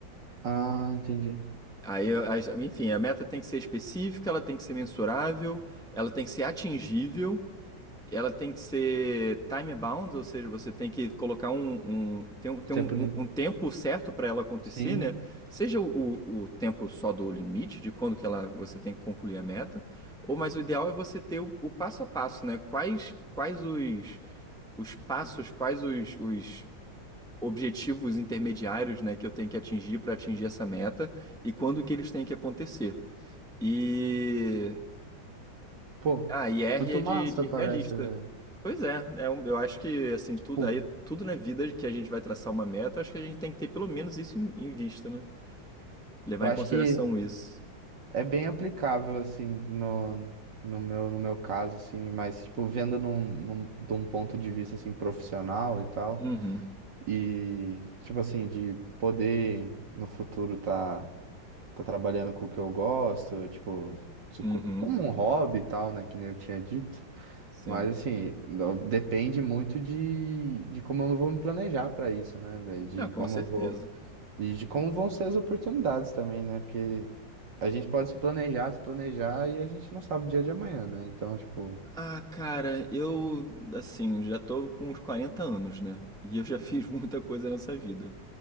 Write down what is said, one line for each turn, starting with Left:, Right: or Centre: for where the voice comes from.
Right: Ah, entendi.
Centre: Aí, as- enfim, a meta tem que ser específica, ela tem que ser mensurável, ela tem que ser atingível Ela tem que ser time bound, ou seja, você tem que colocar um, um, tem um, tem
Right: Tempo
Centre: um,
Right: livre.
Centre: um um tempo certo para ela acontecer,
Right: Sim.
Centre: né? Seja o, o, o tempo só do limite, de quando que ela, você tem que concluir a meta, ou mas o ideal é você ter o, o passo a passo, né? Quais, quais os, os passos, quais os, os objetivos intermediários, né, que eu tenho que atingir para atingir essa meta e quando que eles têm que acontecer. E.
Right: Pô,
Centre: Ah, e R
Right: muito
Centre: é
Right: massa
Centre: de, de
Right: parece,
Centre: realista.
Right: velho.
Centre: Pois é, é um- eu acho que assim,
Right: Tipo,
Centre: tudo aí tudo na vida que a gente vai traçar uma meta, acho que a gente tem que ter pelo menos isso em, em vista, né? Levar
Right: eu acho
Centre: em consideração
Right: que
Centre: isso.
Right: é bem aplicável, assim, no, no meu, no meu caso, assim, mas, tipo, vendo num, num, de um ponto de vista, assim, profissional e tal.
Centre: Uhum,
Right: E, tipo assim, de poder no futuro tá, tá trabalhando com o que eu gosto, tipo, se
Centre: uhum,
Right: co- como um hobby e tal, né? Que nem eu tinha dito.
Centre: sim.
Right: Mas, assim, no- depende muito de, de como eu vou me planejar pra isso, né, velho? De
Centre: Ah, com
Right: como
Centre: certeza.
Right: eu vou. E de como vão ser as oportunidades também, né? Porque a gente pode se planejar, se planejar e a gente não sabe o dia de amanhã, né? Então, tipo.
Centre: Ah, cara, eu assim, já tô com uns 40 anos, né? E eu já <laughs> fiz muita coisa nessa vida.